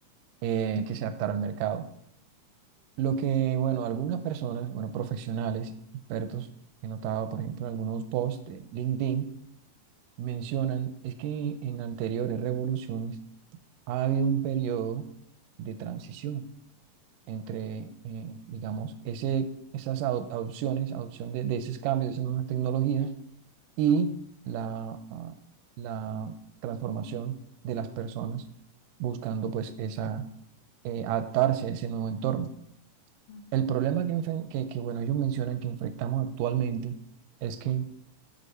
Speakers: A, on the right; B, on the left.
A: eh, que
B: ujú,
A: se adaptara al mercado. Lo que, bueno, algunas personas, bueno, profesionales, expertos, he notado, por ejemplo, en algunos posts de LinkedIn, mencionan es que en anteriores revoluciones ha habido un periodo de transición entre, eh, digamos, ese, esas ado- adopciones, adopción de, de esos cambios, de esas nuevas tecnologías y la, ah, la transformación de las personas buscando pues esa, eh, adaptarse a ese nuevo entorno.
B: ujú,
A: El
B: ujú.
A: problema que, enfren- que, que, bueno, ellos mencionan que enfrentamos actualmente es que